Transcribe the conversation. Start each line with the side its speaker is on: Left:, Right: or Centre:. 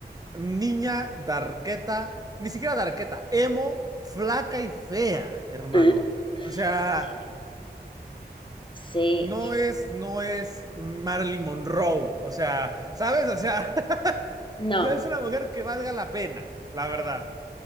Right: niña darketa ni siquiera darketa emo, flaca y fea, hermano.
Left: <clears throat>
Right: O sea,
Left: Eh, Sí,
Right: no es, no es Marilyn Monroe. O sea, ¿sabes? O sea, <laughs>
Left: no,
Right: no es una mujer que valga la pena, la verdad.